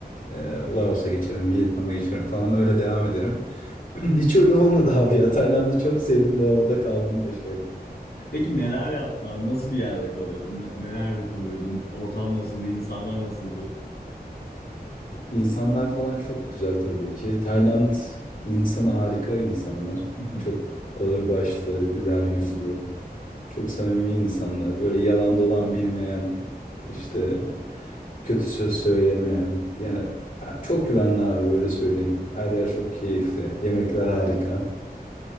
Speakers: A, on the left; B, on the left.
A: e, Laos'a geçerim. Vietnam'a geçerim falan öyle devam ederim. <clears throat> Hiç öyle olmadı abi ya. Tayland'ı çok sevdim ve orada kaldım 5 ay.
B: Peki neler yaptın abi? Nasıl bir yerde kalıyordun? Ne- Nelerde kalıyordun? Ortam nasıldı? İnsanlar nasıldı?
A: İnsanlar falan çok güzel tabii ki. Tayland insanı harika insanlar.
B: <laughs>
A: Çok ağırbaşlı, güler yüzlü, çok samimi insanlar. Böyle yalan dolan bilmeyen, işte kötü söz söylemeyen. Yani e, çok güvenli abi öyle söyleyeyim. Her yer çok keyifli. Yemekler harika.